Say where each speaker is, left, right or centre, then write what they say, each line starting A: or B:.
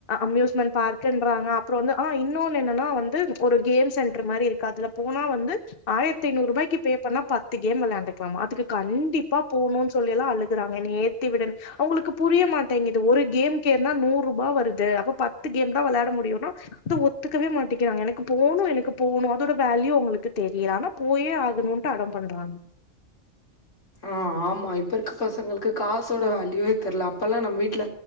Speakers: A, on the left; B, on the left.
A: அம்யூஸ்மெண்ட் பார்குன்றாங்க அப்றோ வந்து ஆ இன்னொன்னு என்னன்னா வந்து ஒரு கேம் சென்டர் மாரி இருக்கு அதுல போனா வந்து ஆயிரத்தி அய்நூரூபாய்க்கி பே பண்ணா பத்து கேம் விளாண்ட்டுக்லாமா அதுக்கு கண்டிப்பா போணுனு சொல்லில்லா அழுகுறாங்க என்ன ஏத்தி விடுனு அவுங்களுக்கு புரிய மாட்டேங்குது ஒரு கேம் கேற்னா நூறு ரூபா வருது அப்ப பத்து கேம்தா விளாட முடியும்னா அது ஒத்துக்கவே மாட்டேிக்கிறாங்க எனக்கு போணு எனக்கு போணு அதோட வேல்யூ அவுங்களுக்கு தெரியல ஆனா போயே ஆகணு ப அடம் பண்றாங்க
B: ஆ ஆமா இப்ப இருக்க பசங்களுக்கு காசோட வேல்யூவே தெர்ல அப்பல்லா நம்ம வீட்டுல